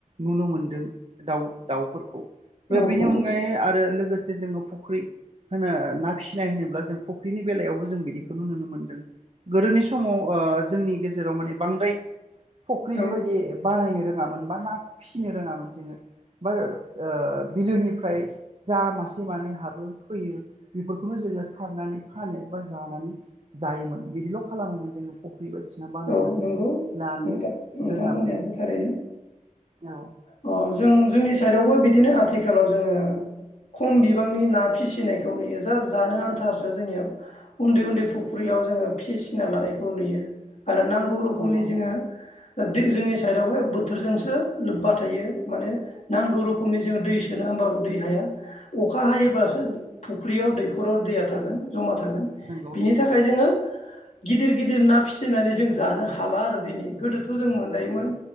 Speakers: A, on the right; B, on the left.
A: नुनो मोनदों दाउ दाउफोरखौ
B: औ
A: बेनि
B: नंगौ
A: अनगायै आरो लो गोसे जोङो फुख्रि होनो ना फिसिनाय होनोब्ला जों फुख्रिनि बेलायावबो जों बिदिखौ नुनो मोनदों। गोदोनि समाव ओ जोंनि गेजेराव माने बांद्राय फुख्रि
B: औ
A: बेबायदि बानायनो रोङामोन बा ना फिसिनो रोङामोन जोङो बा ओ बिलोनिफ्राय जा मासे मानै हाबो फैयो बेफोरखौनो जोङो सारनानै फानो बा जानानै जायोमोन बिदिल खालामोमोन जोङो फुख्रि बायदिसिना बानायनानै
B: औ नंगौ
A: लानो
B: नोंथां नोंथां
A: रोङामोन
B: बुंनायाबो थारैनो
A: औ
B: अ जों जोंनि साइदावबो बिदिनो आ थिखालाव जोङो खम बि बांनि ना फिसिनायखौ नुयो जास जानो आन्थारसो जोंनिया उन्दै उन्दै फुख्रियाव जोङो फिसिना लानायखौ नुयो आरो नांगौ रोखमनि
A: नंगौ
B: जोङो जोंनि साइदावहाय बोथोरजोंसो लोब्बा थायो माने नांगौ रोखोमनि जों दै जोनो होमबाबो दै हाया अखा हायोबासो फुख्रियाव दैखराव दैया था गोन जमा थागोन
A: नंगौ
B: बिनि थाखाय जोङो गिदिर गिदिर ना फिसि नानै जों जानो हाला आरो दिनै गोदोथ जों मोनजायोमोन।